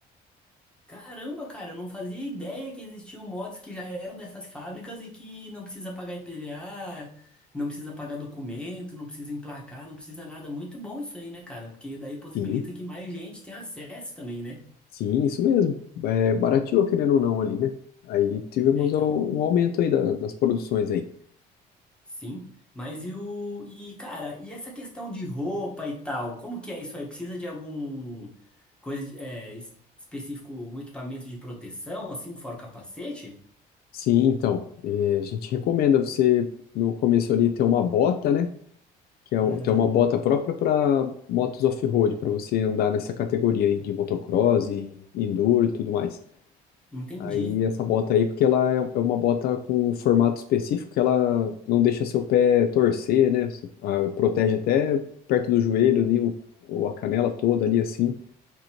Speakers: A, in the centre; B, on the left.
A: Caramba, cara, eu não fazia ideia que existiam motos que já eram dessas fábricas e que não precisa pagar IPVA, não precisa pagar documento, não precisa emplacar, não precisa nada. Muito bom isso aí, né, cara? Porque daí possibilita
B: Sim,
A: que mais gente tenha acesso também, né?
B: sim, isso mesmo. É, barateou, querendo ou não, ali, né? Aí tivemos
A: É, então.
B: um um aumento aí da- das produções aí.
A: Sim. Mas e o. E, cara, e essa questão de roupa e tal? Como que é isso aí? Precisa de algum coisa de- é, es- específico, algum equipamento de proteção, assim, fora o capacete?
B: Sim, então, eh, a gente recomenda você no começo ali ter uma bota, né? Que é o-
A: É.
B: ter uma bota própria para motos off-road, para você andar nessa categoria aí de motocross e enduro e tudo mais.
A: Entendi.
B: Aí essa bota aí, porque ela é é uma bota com um formato específico que ela não deixa seu pé torcer, né? Você, ah, protege até perto do joelho ali, o, ou a canela toda ali assim,